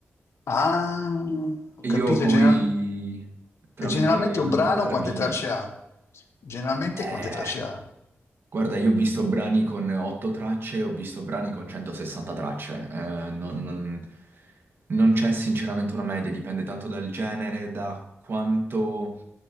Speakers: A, on the left (about 80°); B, on the right (about 60°).
A: Ah, ho capito.
B: Io poi
A: General-
B: tramite
A: e generalmente
B: i
A: un
B: controller
A: brano quante
B: MIDI.
A: tracce ha? Generalmente
B: Eh,
A: quante tracce ha?
B: Guarda, io ho visto brani con 8 tracce, ho visto brani con 160 tracce. Eh, non, non- non c'è sinceramente una media, dipende tanto dal genere, da quanto